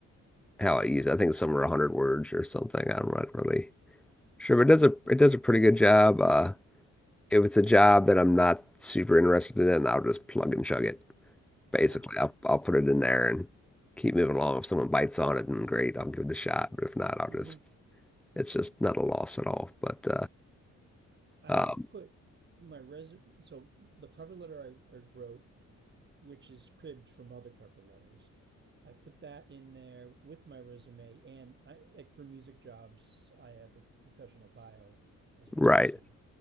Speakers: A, in the centre; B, on the right.
A: how I use it. I think it's somewhere 100 words or something. I'm not really sure, but it does a it does a pretty good job. Uh, if it's a job that I'm not super interested in, I'll just plug and chug it. Basically,
B: Yeah.
A: I'll I'll put it in there and keep moving along. If someone bites on it, then great, I'll give it a shot. But if not, I'll
B: mm
A: just
B: hmm
A: it's just not a loss at all. But
B: I
A: uh,
B: have
A: um,
B: put my resume, so the cover letter I, I wrote which is cribbed from other cover letters. I put that in there with my resume, and I like for music jobs, I have a professional bio as a musician,
A: right,